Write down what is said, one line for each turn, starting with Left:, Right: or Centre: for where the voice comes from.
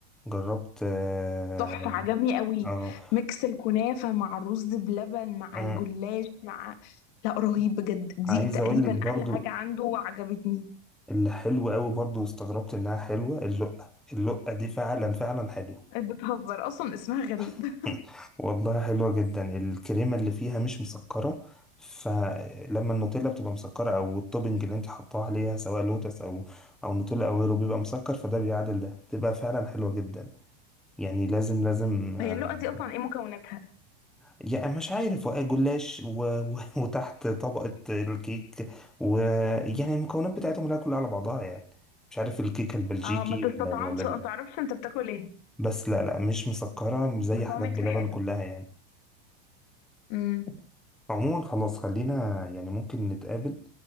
Centre: جربت اه
Left: تحفه عجبني قوي
Centre: آه،
Left: ميكس الكنافه مع الرز بلبن مع
Centre: آه،
Left: الجلاش مع لا رهيب بجد دي
Centre: عايز
Left: تقريبا
Centre: اقول لك برضو
Left: احلى حاجه عنده وعجبتني
Centre: اللي حلو قوي برضو واستغربت انها حلوة اللقة اللقة دي فعلا فعلا حلوة
Left: بتهزر اصلا اسمها غريب
Centre: <laughs>
Left: <laughs>
Centre: والله حلوة جدا الكريمة اللي فيها مش مسكرة فلما النوتيلا بتبقى مسكرة او التوبنج اللي انت حطاه عليها سواء لوتس او او نوتيلا او غيره بيبقى مسكر فده بيعادل ده بتبقى فعلا حلوة جدا يعني لازم لازم آه،
Left: هي اللقه دي اصلا ايه مكوناتها
Centre: يعني مش عارف وقع جلاش و... و... <laughs> وتحت طبقة الكيك ويعني المكونات بتاعتهم لا كلها على بعضها يعني مش عارف الكيكة البلجيكي
Left: اه ما تستطعمش
Centre: ولا ال- ولا ال...
Left: ما تعرفش انت بتاكل ايه
Centre: بس لا لا مش مسكرة مش زي
Left: بس
Centre: حاجات
Left: هو ميكس
Centre: بلبن
Left: حلو
Centre: كلها يعني
Left: امم
Centre: عموما خلاص خلينا يعني ممكن نتقابل